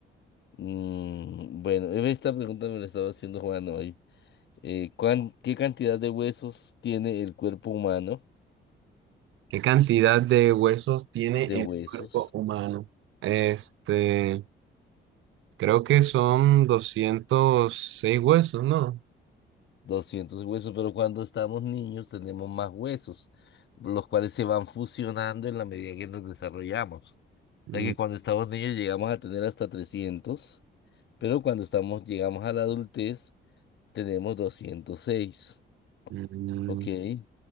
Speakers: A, on the left (about 65°); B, on the right (about 80°).
A: Mm, bueno, esta pregunta me la estaba haciendo Juan hoy. Eh, ¿cuán- qué cantidad de huesos tiene el cuerpo humano?
B: ¿Qué cantidad de huesos tiene
A: De
B: el
A: huesos,
B: cuerpo humano? Este, creo que son 206 huesos, ¿no?
A: 200 huesos, pero cuando estamos niños tenemos más huesos, los cuales se van fusionando en la medida que nos desarrollamos. O
B: Mm,
A: sea que cuando estamos niños llegamos a tener hasta 300, pero cuando estamos, llegamos a la adultez, Tenemos 206.
B: mm,
A: Ok. Eh,